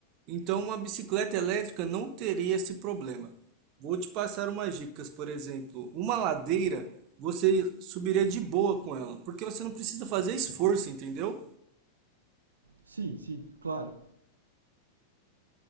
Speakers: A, on the right; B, on the right.
A: Então, uma bicicleta elétrica não teria esse problema. Vou te passar umas dicas, por exemplo, uma ladeira você subiria de boa com ela, porque você não precisa fazer esforço, entendeu?
B: Sim, sim, claro.